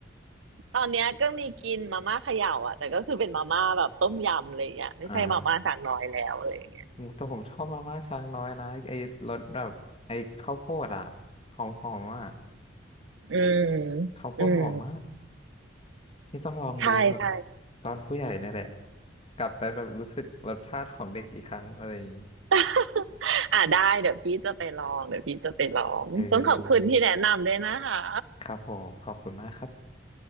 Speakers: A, on the right; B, on the left.
A: ตอนเนี้ยก็มีกินมาม่าเขย่าอ่ะแต่ก็คือเป็นมาม่าแบบต้มยำอะไรเงี้ยไม่ใช่มาม่าสั่งน้อยแล้วอะไรเงี้ย
B: อ่า อืมแต่ผมชอบมาม่าช้างน้อยนะไอ้รสแบบไอ้ข้าวโพดอะหอมหอมอะ
A: อืม
B: ข้าวโพดหอมมาก
A: อืม
B: พี่ต้องลองดูแบบ
A: ใช่ใช่
B: ตอนผู้ใหญ่เนี่ยแหละกลับไปแบบรู้สึกรสชาติของเด็กอีกครั้งอะไรอย่างนี้
A: <laughs> อ่ะได้เดี๋ยวพี่จะไปลองเดี๋ยวพี่จะไปลองต้องขอบคุณที่แนะนำด้วยนะคะ
B: เออครับผมขอบคุณมากครับ